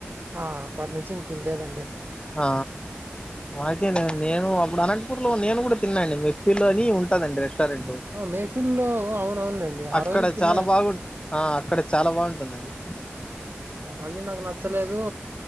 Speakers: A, on the right; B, on the left.
A: ఆ అప్పటినుంచి ఇంక తినలేదండి
B: ఆ మనకే నండి నేను అప్పుడు అనంతపూర్ లో నేను కూడా తిన్నాండి మెఫిలో అని ఉంటాదండి రెస్టారెంట్
A: ఆ మేహఫిల్ లో అవున అవునులే అండి ఆ
B: అక్కడ
A: రోజు తిన్న
B: చాలా బాగుంట ఆ అక్కడ చాల బాగుంటుందండి
A: ఎ మండి నాకు నచ్చలేదు